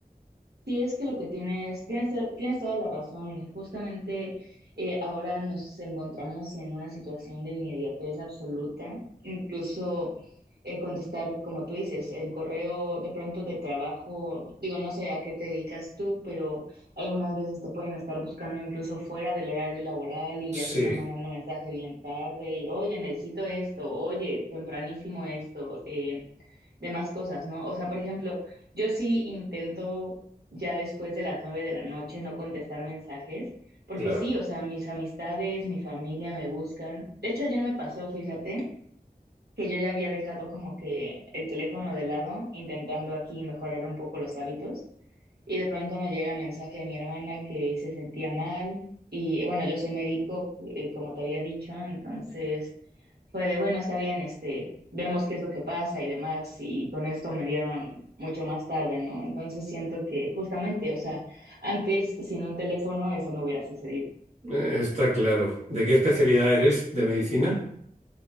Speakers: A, on the right (about 80°); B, on the right (about 45°).
A: Sí, es que lo que tienes, tienes, to- tienes toda la razón. Justamente eh, ahora nos encontramos en una situación de inmediatez absoluta. Incluso eh, contestar, como tú dices, el correo de pronto de trabajo, digo, no sé a qué te dedicas tú, pero algunas veces te pueden estar buscando incluso fuera del horario laboral y
B: Sí,
A: ya te están mandando mensaje bien tarde y, oye, necesito esto, oye, tempranísimo esto. eh, de más cosas, ¿no? O sea, por ejemplo, yo sí intento ya después de las nueve de la noche no contestar mensajes, porque
B: claro,
A: sí, o sea, mis amistades, mi familia me buscan. De hecho, ayer me pasó, fíjate, que yo ya había dejado como que el teléfono de lado, intentando aquí mejorar un poco los hábitos, y de pronto me llega mensaje de mi hermana que se sentía mal, y bueno, yo soy médico, eh, como te había dicho, entonces fue de, bueno, está bien, este, vemos qué es lo que pasa y demás, y con esto me dieron mucho más tarde, ¿no? Entonces siento que justamente, o sea, antes sin un teléfono eso no hubiera sucedido.
B: Eh, está claro. ¿De qué especialidad eres de medicina?